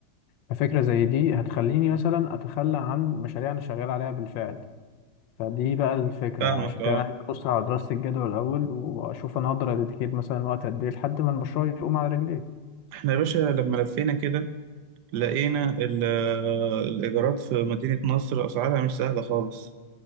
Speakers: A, on the left (about 75°); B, on the right (about 70°).
A: ففكرة زي دي هتخليني مثلا اتخلى عن مشاريع انا شغال عليها بالفعل فدي بقى الفكرة
B: فاهمك
A: يعني عشان
B: اه
A: كده انا عايز ابص على دراسة الجدوى الاول واشوف انا اقدر اديكيت مثلا وقت قد ايه لحد ما المشروع يقوم على رجليه
B: احنا يا باشا لما لفينا كده لقينا ال- آه، الإيجارات في مدينة نصر أسعارها مش سهلة خالص